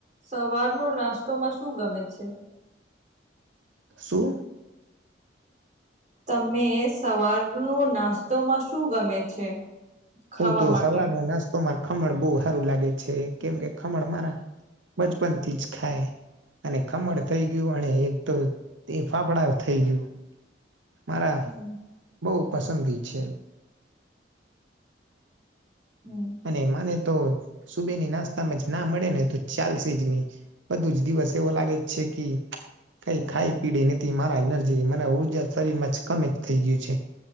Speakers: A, on the right; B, on the right.
A: સવારનો નાસ્તોમાં શું ગમે છે?
B: સું?
A: તમે સવાર નુ નાસ્તોમાં શું ગમે છે. ખાવા
B: હું તો
A: માટે
B: સવાર ન નાસ્તોમાં ખમણ બહુ સારું લાગે છે કેમ કે ખમણ મારા બચપન થી જ ખાય. અને ખમણ થઈ ગયું અને એક તો તે ફાફડા થઈ ગયું. મારા
A: હમ
B: બહુ પસંદગી છે.
A: હમ
B: અને મને તો સુબેની નાસ્તામાં જ ના મળે ને તો ચાલશેજની બ દુજ દિવસ એવો લાગે જ છે કે કઈ ખાઈ પીડી નથી મારા એનર્જી મારા ઉર્જા શરીર માં જ કમે થઈ ગયું છે.